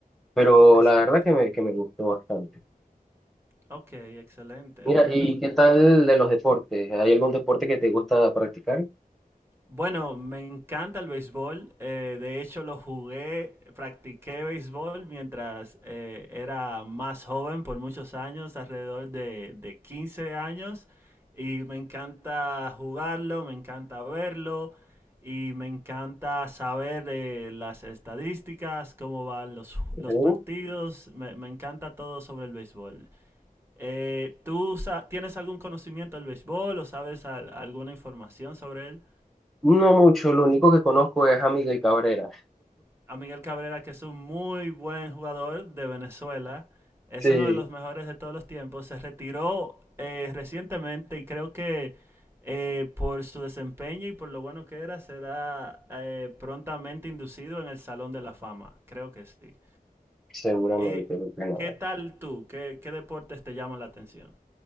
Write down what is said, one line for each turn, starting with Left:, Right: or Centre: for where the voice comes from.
Centre: pero
Right: Exacto.
Centre: la verdad que me, que me gustó bastante.
Right: Ok, excelente,
Centre: Mira,
Right: bueno.
Centre: ¿y qué tal de los deportes? ¿Hay algún deporte que te gusta practicar?
Right: Bueno, me encanta el béisbol. eh, de hecho, lo jugué, practiqué béisbol mientras eh, era más joven por muchos años, alrededor de, de 15 años. Y me encanta jugarlo, me encanta verlo y me encanta saber eh, las estadísticas, cómo van los, los
Centre: ¿Algo?
Right: partidos. Me, me encanta todo sobre el béisbol. Eh, ¿tú sa- tienes algún conocimiento del béisbol o sabes al- alguna información sobre él?
Centre: No mucho, lo único que conozco es a Miguel Cabrera,
Right: a Miguel Cabrera, que es un muy buen jugador de Venezuela, es
Centre: Sí.
Right: uno de los mejores de todos los tiempos, se retiró eh, recientemente y creo que eh, por su desempeño y por lo bueno que era, será eh, prontamente inducido en el Salón de la Fama, creo que sí.
Centre: seguramente,
Right: Eh,
Centre: porque no.
Right: ¿Qué tal tú? ¿Qué, qué deportes te llaman la atención?